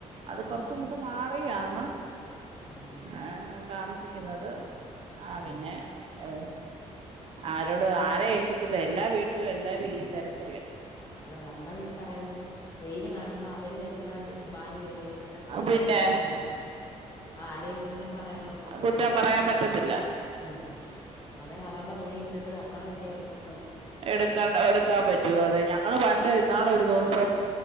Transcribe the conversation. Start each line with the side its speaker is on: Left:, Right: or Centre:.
Right: അത് കുറച്ച്
Left: ആ,
Right: അങ്ങേട്ട് മാറിയാന്ന്
Left: ആ,
Right: ഏ താമസിക്കുന്നത്. ആ
Left: ഉം.
Right: പിന്നെ ഏ ആരോട് ആരെ ഏൽപ്പിച്ചിട്ടാ, എല്ലാ വീട്ടിലും എല്ലാരും ഈ തിരക്കല്ലേ?
Left: അതാ നമ്മൾ ഈ പറയുന്ന വെയില് കാണുമ്പോ അവര വര്ലാ. ഭാര് വേദനായിട്ട്
Right: പിന്നെ
Left: നിക്കുന്നാ അപ്പ ആരെയും കുറ്റംപറയാൻ നേക്കത്തില്ല
Right: കുറ്റം പറയാൻ പറ്റത്തില്ല
Left: ഉം അവരവർ പ്പ തുണിയിട്ടിട്ട് നമ്മളെ തുണി എടുക്കാ...
Right: എടുക്കണ്ട എടുക്കാൻ പറ്റുവേ... അത് ഞങ്ങള് പണ്ട്
Left: അതെ.
Right: ഇന്നാള് ഒരു ദൂസം.